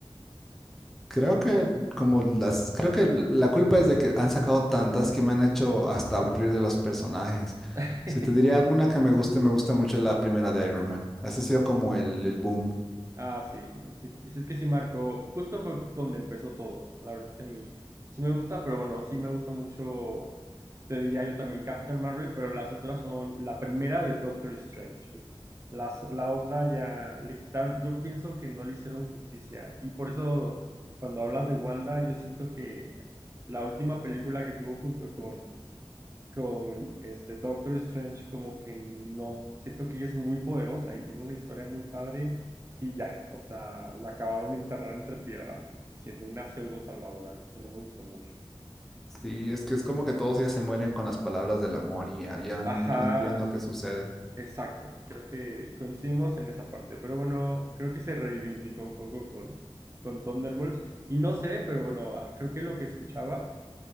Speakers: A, in the centre; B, on the right.
A: creo que como las, creo que la culpa es de que han sacado tantas que me han hecho hasta aburrir de los personajes.
B: <laughs>
A: Si te diría alguna que me guste, me gusta mucho la primera de Iron Man. Ese ha sido como el, el boom
B: Ah, sí, eh, sí, sí, sí, es que sí marcó, justo fue donde empezó todo. La verdad es que a mí sí me gusta, pero bueno, sí me gusta mucho, te diría yo también Captain Marvel, pero las otras son la primera de Doctor Strange. Las, la otra ya le quitaron, yo pienso que no le hicieron justicia y por eso cuando hablas de Wanda, yo siento que la última película que tuvo junto con con este Doctor Strange, como que no, siento que ella es muy poderosa y tiene una historia muy padre y ya, o sea, la acabaron de enterrar entre piedras, siendo una pseudo salvadora, eso no me gustó mucho.
A: Sí, es que es como que todos ya se mueren con las palabras del amor y ya, ya
B: Ajá,
A: no entiendo qué sucede.
B: exacto, creo que coincidimos en esa parte, pero bueno, creo que se reivindicó un poco con, con Thunderbolts y no sé, pero bueno, ah, creo que lo que escuchaba,